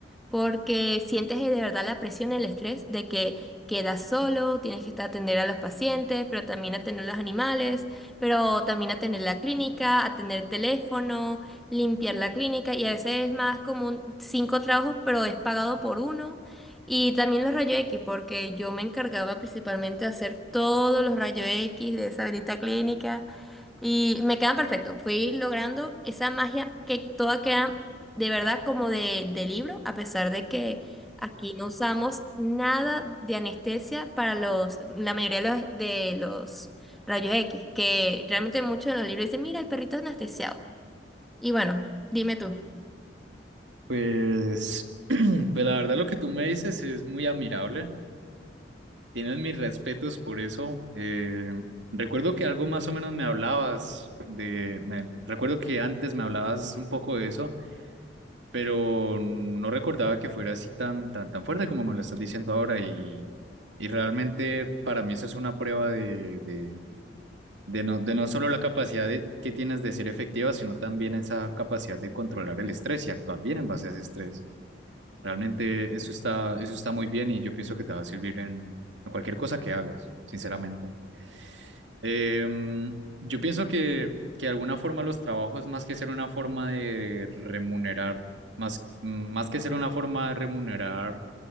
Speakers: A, in the centre; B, on the right.
A: porque sientes de verdad la presión, el estrés de que quedas solo, tienes que estar atender a los pacientes, pero también atender a los animales, pero también atender la clínica, atender el teléfono, limpiar la clínica y a veces es más como un- cinco trabajos, pero es pagado por uno. Y también los rayos X, porque yo me encargaba principalmente de hacer todos los rayos X de esa grita clínica y me quedan perfectos. Fui logrando esa magia que toda queda de verdad como de, de libro, a pesar de que aquí no usamos nada de anestesia para los, la mayoría de los, de los rayos X, que realmente muchos en los libros dicen, mira, el perrito es anestesiado. Y bueno, dime tú.
B: Pues, <clears throat> pues la verdad lo que tú me dices es muy admirable. Tienes mis respetos por eso. Eh, recuerdo que algo más o menos me hablabas de, me- recuerdo que antes me hablabas un poco de eso, pero no recordaba que fuera así tan, tan, tan fuerte como me lo estás diciendo ahora y, y realmente para mí eso es una prueba de, de, de no, de no solo la capacidad de- que tienes de ser efectiva, sino también esa capacidad de controlar el estrés y actuar bien en base a ese estrés. Realmente eso está, eso está muy bien y yo pienso que te va a servir en, en cualquier cosa que hagas, sinceramente. Em, yo pienso que, que de alguna forma los trabajos, más que ser una forma de remunerar, más, más que ser una forma de remunerar